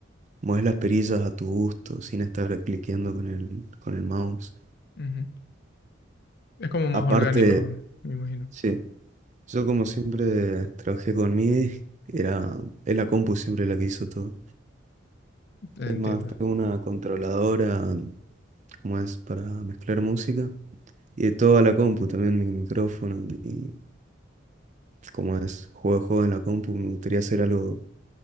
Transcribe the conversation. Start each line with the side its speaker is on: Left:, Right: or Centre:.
Right: mueves las perillas a tu gusto sin estar cliqueando con el, con el mouse.
Left: Ujú. Es como más
Right: Aparte,
Left: orgánico, me imagino.
Right: sí. Yo como siempre trabajé con MIDI, era, es la compu siempre la que hizo todo.
Left: Entiendo.
Right: Es más, tengo una controladora, como es, para mezclar música. Y toda la compu, también mi micrófono, y como es, juego de juego en la compu. Me gustaría hacer algo,